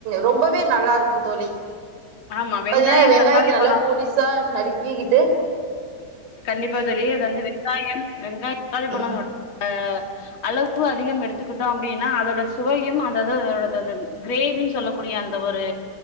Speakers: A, on the right; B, on the left.
A: ரொம்பவே நல்லாருக்கு தோழி
B: ஆமா
A: பைய
B: வெங்காயம்
A: வெங்காயத்த
B: தக்காளி
A: நல்லா
B: பழோ
A: பொடிசா நறுக்கிக்கிட்டு
B: கண்டிப்பா தோழி அது வந்து வெங்காயம் வெங்காய தக்காளி பழம்
A: ம்
B: அ அளவு அதிகம் எடுத்துக்கிட்டோ அப்டினா அதோட சுவையும் அதது அதததந் கிரேவின் சொல்லக்கூடிய அந்த ஒரு